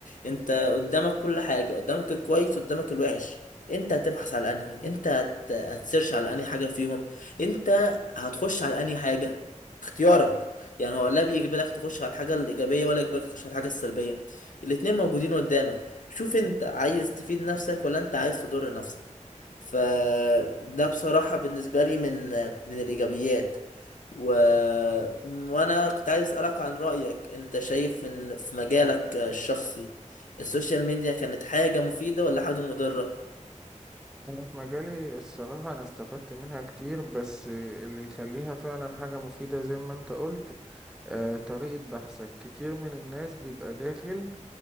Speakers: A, on the left; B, in the centre.
A: انت قدامك كل حاجة قدامك الكويس قدامك الوحش انت هتبحث على انهي انت هت... هتسيرش على انهي حاجة فيهم انت هتخش على انهي حاجة اختيارك يعني هو لا بيجبرك تخش على الحاجة الإيجابية ولا يجبرك تخش على الحاجة السلبية الاتنين موجودين قدامك شوف انت عايز تفيد نفسك ولا انت عايز تضر نفسك فده بصراحة بالنسبة لي من من الإيجابيات و... وأنا كنت عايز أسألك عن رأيك أنت شايف إن في مجالك الشخصي السوشيال ميديا كانت حاجة مفيدة ولا حاجة مضرة؟
B: أنا في مجالي الصراحة أنا استفدت منها كتير بس اللي يخليها فعلا حاجة مفيدة زي ما أنت قلت آه، طريقة بحثك كتير من الناس بيبقى داخل